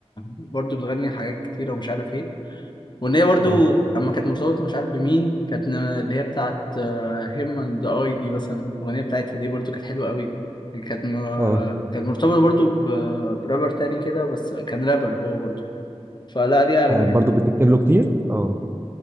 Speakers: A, on the left; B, on the right.
A: برضو بتغني حاجات كتيرة ومش عارف إيه وإن هي برضو
B: اه
A: لما كانت مرتبطة مش عارف بمين كانت ن- اللي هي بتاعت هيم أند أي دي مثلا الأغنية بتاعتها دي برضو كانت حلوة قوي كانت م...
B: اه
A: كانت مرتبطة برضو ب... برابر تاني كده بس كان رابر هو برضو فلا ليها أغاني
B: برضه
A: حلوة
B: بتكتب له كتير اه